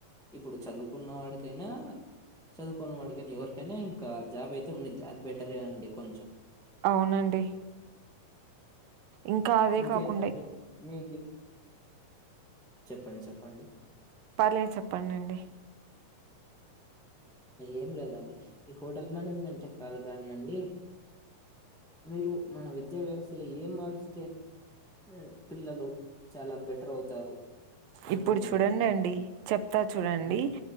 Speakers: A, in the centre; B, on the right.
A: ఇప్పుడు చదువుకున్న వాడికైనా చదువుకోొని అడిగాని ఎవరికైనా ఇంకా జాబ్ అయితే ఉంది అది బెటరే అండి కొంచెం
B: అవునండి ఇంకా అదే
A: ఇంకేంటండి
B: కాకుండా
A: మీ చెప్పండి చెప్పండి
B: చెప్పాలే చెప్పండిండి
A: ఏం లేదండి ఈ హోటల్ మేనేజ్మెంట్ కాదు కాని అండి మీరు మన విద్యా వ్యవస్థలో ఏం మారుస్తే ఆ పిల్లలు చాలా బెటర్ అవుతారు అనుకుంటున్నారండి?
B: ఇప్పుడు చూడండి అండి చెప్తా చూడండి
A: హ్మ్.